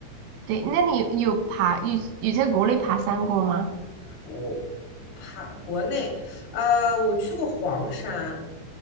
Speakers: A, on the right (about 75°); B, on the left (about 45°).
A: 对，那你有有爬有有在国内爬山过吗？
B: 我我爬国内，呃，我去过黄山，